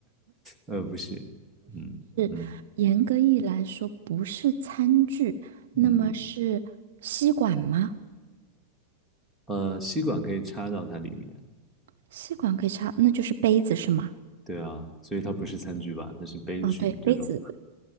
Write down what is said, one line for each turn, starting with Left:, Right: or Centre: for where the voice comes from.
Centre: 呃，不是，嗯嗯
Right: <laughs> 严格意义来说，不是餐具，
Centre: 嗯，
Right: 那么是吸管吗？
Centre: 呃，吸管可以插到它里面，
Right: 吸管可以插，那就是杯子是吗？
Centre: 对啊，所以它不是餐具吧？它是杯具，
Right: 啊，对，杯子
Centre: 对吗？